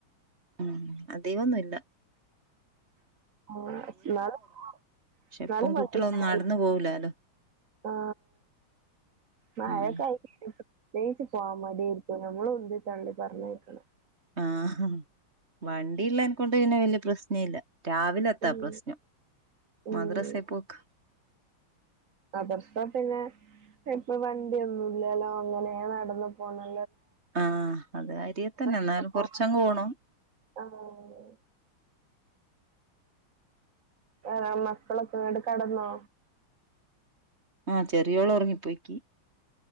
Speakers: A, on the right; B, on the right.
A: ഉം അതികാെന്നുല്ല
B: ആ ന്നാലും
A: പക്ഷെ
B: ന്നാലും
A: ഇപ്പം
B: കൊഴപ്പല്ലേനി
A: കുട്ടികളൊന്നും നടന്നു പോവൂലാലോ
B: ആ മഴക്കെ
A: ഉം
B: <unintelligible> ടേയ്സി പോവാ മടിയെര്ക്കും ഞമ്മള് ഉന്തി തള്ളി പറഞ്ഞയ്ക്കണം
A: ആഹാ വണ്ടിള്ളേൻ കൊണ്ട് പിന്നെ വല്യ പ്രശ്ന ഇല്ല രാവിലെത്താ
B: ഉം
A: പ്രശ്നം
B: ഉം
A: മദ്രസെ പോക്ക്
B: മദ്രസ പിന്നെ ഇപ്പൊ വണ്ടിയൊന്നുംല്യാല്ലോ അങ്ങനേ നടന്നു പോന്ന
A: ആ അത് അരിയത്തെന്നെ ന്നാലും
B: ഒക്കെ
A: കൊറച്ചങ്ങട്
B: പോവാൻ
A: പോണം
B: ആഹ് ആ മക്കളൊക്കെങ്ങട്ട് കടന്നോ
A: ആ ചെറിയോള് ഒറങ്ങിപ്പോയിക്കി